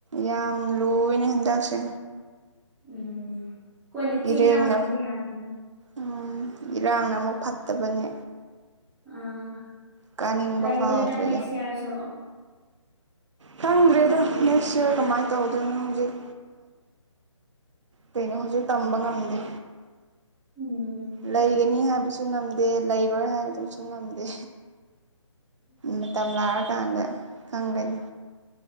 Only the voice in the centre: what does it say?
ꯎꯝ ꯀ꯭ꯋꯥꯂꯤꯇꯤ
ꯌꯥꯎꯗ꯭ꯔꯗꯤ ꯌꯥꯗꯦ
ꯑꯥ
ꯂꯩꯗꯣꯏꯔꯥ
ꯅꯦꯛꯁ ꯏꯌꯥꯔꯁꯨ
ꯎꯝ